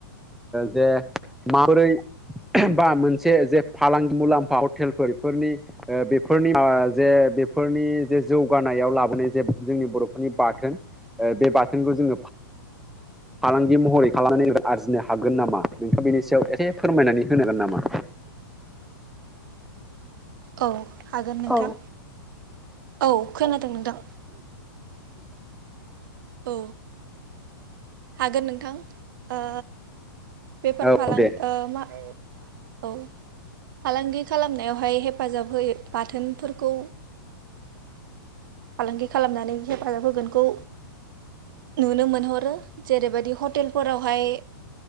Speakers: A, in the centre; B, on the right (about 60°).
A: जे माबोरै बा मोनसे जे फालांगि मुलाम्फा हटेलफोर बेफोरनि बेफोरनि जे बेफोरनि जे जौगानायाव लाबोनाय जे जोंनि बर'फोरनि बाथोन बे बाथोनखौ जोङो फालांगि महरै खालामनानै आरजिनो हायो। हागोन नामा नोंथाङ बेनि सायाव एसेे फोरमायनानै होनांगोन नामा।
B: औ हागोन नोंथां
A: औ
B: औ खोनादों नोंथां। औ हागोन नोंथां ओ बेफार
A: औ
B: फालां
A: दे
B: ओ मा औ फालांगि खालामनायावहाय हेफाजाब होयो बाथोनफोरखौ फालांगि खालामनानै हेफाजाब होगोनखौ नुनो मोनहरो जेरैबायदि हटेलफोरावहाय